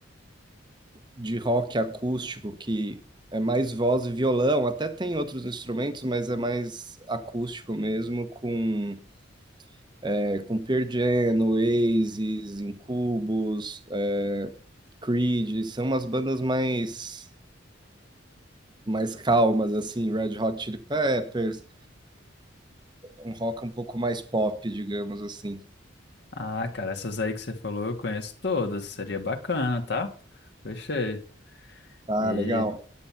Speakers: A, on the right (about 25°); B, on the left (about 55°).
A: de rock acústico, que é mais voz e violão, até tem outros instrumentos, mas é mais acústico mesmo, com, é, com Pearl Jam, Oasis, Incubus, é, Creed, são umas bandas mais, mais calmas, assim, Red Hot Chili Peppers, um rock um pouco mais pop, digamos assim.
B: Ah, cara, essas aí que você falou eu conheço todas, seria bacana, tá? Gostei.
A: Ah,
B: E
A: legal,